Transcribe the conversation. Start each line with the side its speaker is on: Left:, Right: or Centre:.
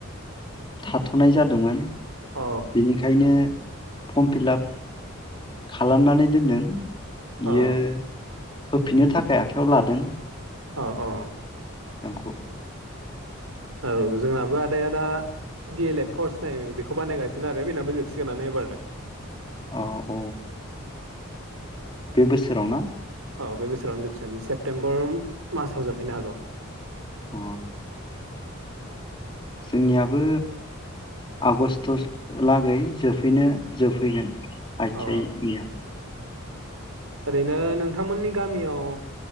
Left: थाथ'नाय जादोंमोन।
Right: औ
Left: बेनिखायनो फर्म फिलाप खालामनानै दोनदों।
Right: औ
Left: इयो होफिननो थाखाय आखायाव लादों।
Right: अ अ
Left: खौ
Right: औ जोंनाबो आदाया आदा डि एल एड कर्स नाय बेखौ बानायगासिनो आरो बेनाबो जोबसिगोनानो एबारना।
Left: औ औ बे बोसोराव ना
Right: औ बे बोसोरावनो जोबसिगोन सेप्तेम्बर मासाव जोबहैनो हागौ।
Left: अ। जोंनियाबो आगस्ट'लागै जोबफैनो जोबफैगोन आथि
Right: अ
Left: आइ नि आ
Right: ओरैनो नोंथांमोननि गामियाव